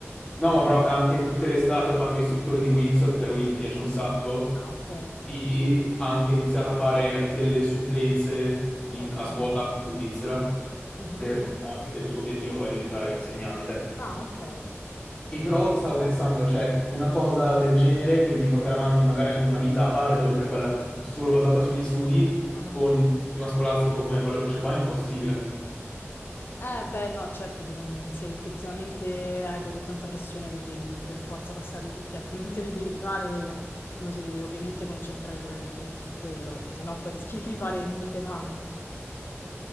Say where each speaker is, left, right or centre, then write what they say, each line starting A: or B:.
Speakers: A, on the left; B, on the left.
A: No, ma però anche tutte le estate ha fatto istruttore di Windsor, che a lui gli
B: Mm.
A: piace un sacco,
B: Ah, ok.
A: e ha anche iniziato a fare delle supplenze in-
B: Ok.
A: a scuola qui in Svizzera
B: Mhm.
A: per portarsi che il suo obiettivo poi è diventare insegnante.
B: Ah, ok.
A: E però stavo pensando, cioè, una cosa del genere, quindi portare avanti magari anche una vita a parte, oltre a quella solo basata sugli studi,
B: Ah.
A: con un sistema scolastico come quello che c'è qua, è impossibile.
B: Eh, beh, no, certo, di- mm, se effettivamente hai così tanta pressione che devi per forza passarli tutti, altrimenti <laughs> li devi rifare, uno si deve ovviamente concentrare prevalentemente su quello, perché sennò poi rischi di rifare mille esami.